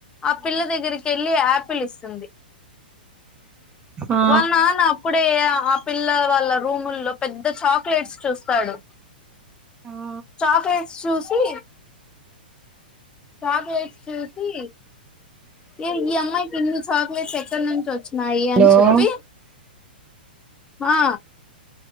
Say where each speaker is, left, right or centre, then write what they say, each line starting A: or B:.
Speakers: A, on the left (about 15°); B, on the right (about 20°).
A: ఆ పిల్ల దగ్గరికి వెళ్ళి ఆపిల్ ఇస్తుంది
B: ఆ
A: వాళ్ళ నాన్న అప్పుడే ఆ పిల్లల వాళ్ళ రూముల్లో పెద్ద చాక్లెట్స్ చూస్తాడు
B: ఆ
A: చాక్లెట్స్ చూసి చాక్లెట్స్ చూసి ఏ ఈ అమ్మాయికి ఎన్ని చాక్లేట్స్ ఎక్కడ నుంచి వచ్ మయా
B: హలో
A: అని చెప్పి ఆ